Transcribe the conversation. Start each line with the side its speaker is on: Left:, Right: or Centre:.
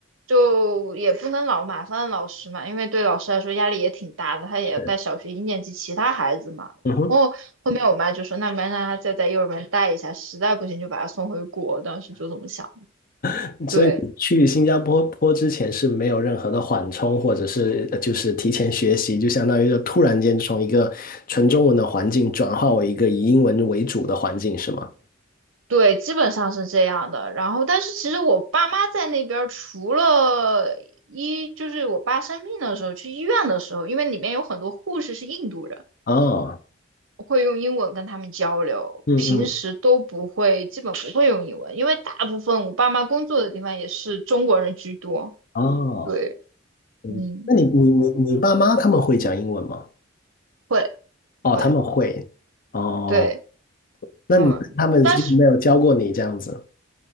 Right: 就也不能老麻烦老师嘛，因为对老师来说压力也挺大的，他也带小学一年级其他孩子嘛。
Left: 是，
Right: 然后后面我妈就说，
Left: 嗯哼
Right: 那没让他再在幼儿园待一下，实在不行就把他送回国，当时就这么想的。
Left: <laughs>，所以你去新加坡坡之前是没有任何的缓冲，
Right: 对。
Left: 或者是呃就是提前学习，就相当于就突然间从一个纯中文的环境转化为一个以英文为主的环境，是吗？
Right: 对，基本上是这样的。然后，但是其实我爸妈在那边儿，除了一就是我爸生病的时候，去医院的时候，因为里面有很多护士是印度人，
Left: 哦
Right: 我会用英文跟他们交流，
Left: 嗯嗯，
Right: 平时都不会，基本不会用英文，因为大部分我爸妈工作的地方也是中国人居多。
Left: 哦，
Right: 对，
Left: 嗯那你你你你爸妈他们会讲英文吗？
Right: 嗯，会
Left: 哦，
Right: 会，
Left: 他们会。哦，
Right: 对，
Left: 那你他们就没有教过你这样子。
Right: 嗯，但是